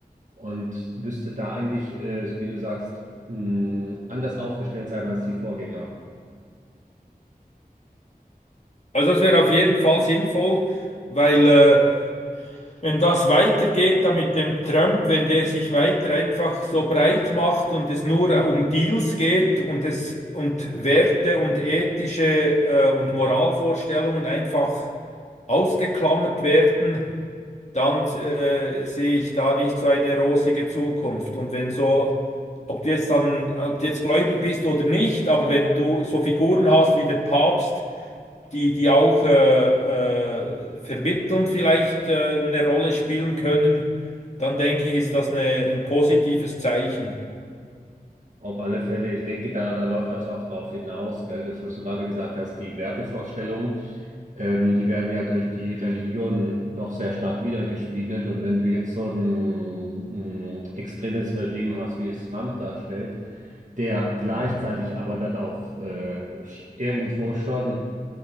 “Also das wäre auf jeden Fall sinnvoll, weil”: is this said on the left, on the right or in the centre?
Left